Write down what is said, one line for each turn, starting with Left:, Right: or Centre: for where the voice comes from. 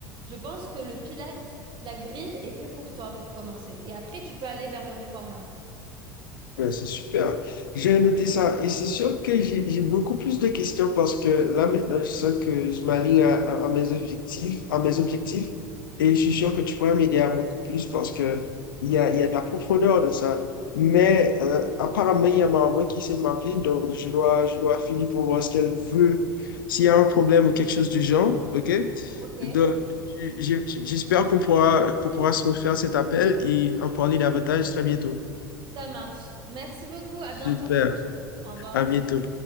Right: je pense que le pilate, la grille est fait pour toi pour commencer. Et après, tu peux aller vers le réformeur.
Left: Ouais, c'est super. J'ai noté ça et c'est sûr que j'ai j'ai beaucoup plus de questions parce que là maintenant je sens que je m'aligne à, à- à mes objectifs, à mes objectifs et je suis sûr que tu pourrais m'aider à beaucoup plus parce que il y a, il y a de la profondeur de ça. Mais euh, apparemment il y a ma maman qui essaie de m'appeler donc je dois je dois finir pour voir ce qu'elle veut, s'il y a un problème ou quelque chose du genre, ok?
Right: Ok.
Left: Donc j'- j'- j'espère qu'on pourra qu'on pourra se refaire cet appel et en parler davantage très bientôt.
Right: Ça marche. Merci beaucoup. À
Left: Super.
Right: bientôt. Au revoir.
Left: À bientôt.